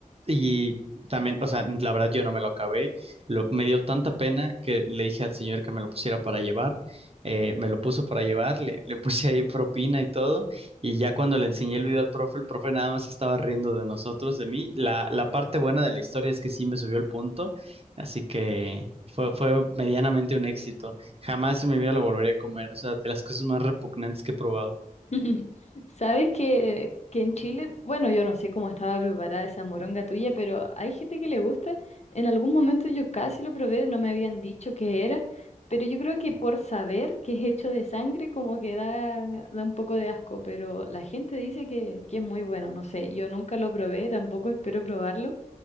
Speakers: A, on the right (about 45°); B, on the left (about 50°).
A: Y también, o sea, la verdad yo no me lo acabé. Lo, me dio tanta pena que le dije al señor que me lo pusiera para llevar. Eh, me lo puso para llevar, le, le puse ahí propina y todo. Y ya cuando le enseñé el video al profe, el profe nada más estaba riendo de nosotros, de mí. La, la parte buena de la historia es que sí me subió el punto. Así que fue, fue medianamente un éxito. Jamás en mi vida lo volvería a comer. O sea, de las cosas más repugnantes que he probado.
B: <laughs> Sabes que, que en Chile, bueno, yo no sé cómo estaba preparada esa moronga tuya, pero hay gente que le gusta. En algún momento yo casi lo probé, no me habían dicho qué era, pero yo creo que por saber que es hecho de sangre, como que da, da un poco de asco, pero la gente dice que, que es muy bueno, no sé, yo nunca lo probé, tampoco espero probarlo,